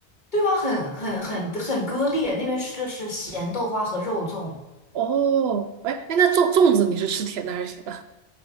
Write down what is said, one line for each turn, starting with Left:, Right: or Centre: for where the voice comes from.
Left: 对吧？很很很很割裂，那边吃的是咸豆花和肉粽，
Right: 哦，哎哎，那粽粽子你是吃甜的还是咸的？